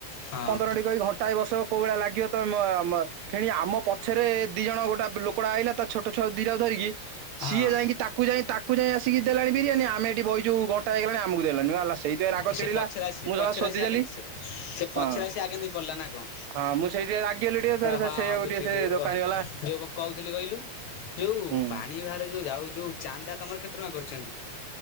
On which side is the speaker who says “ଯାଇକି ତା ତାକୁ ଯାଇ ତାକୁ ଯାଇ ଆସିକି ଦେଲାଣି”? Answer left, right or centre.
Right